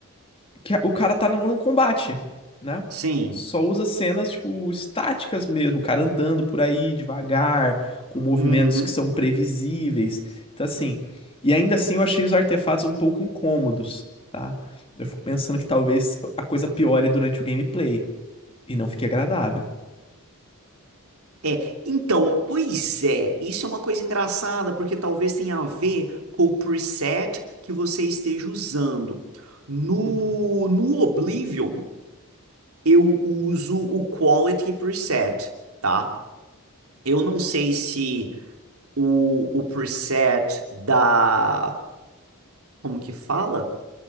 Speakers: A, on the left; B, on the right.
A: que o cara tá num num combate, né?
B: Sim.
A: Só usa cenas, tipo, estáticas mesmo, o cara andando por aí devagar, com movimentos
B: Uhum.
A: que são previsíveis. Então, assim, e ainda assim eu achei os artefatos um pouco incômodos, tá? Eu fico pensando que talvez a coisa piore durante o gameplay e não fique agradável.
B: É, então, pois é, isso é uma coisa engraçada, porque talvez tenha a ver com o preset que você esteja usando. No,
A: Uhum.
B: no Oblivion, eu uso o Quality Preset, tá? Eu não sei se o, o preset da. Como que fala?